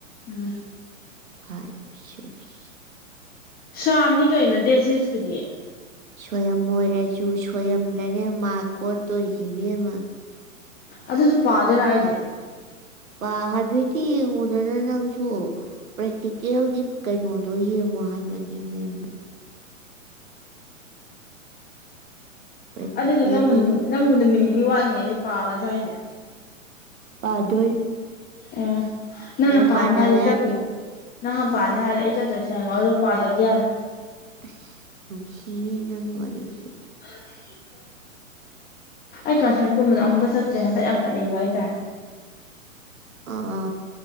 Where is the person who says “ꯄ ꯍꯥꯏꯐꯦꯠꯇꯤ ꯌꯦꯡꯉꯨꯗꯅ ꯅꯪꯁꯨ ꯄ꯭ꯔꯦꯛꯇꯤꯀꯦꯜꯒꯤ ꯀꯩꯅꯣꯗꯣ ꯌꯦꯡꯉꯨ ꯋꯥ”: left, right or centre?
Right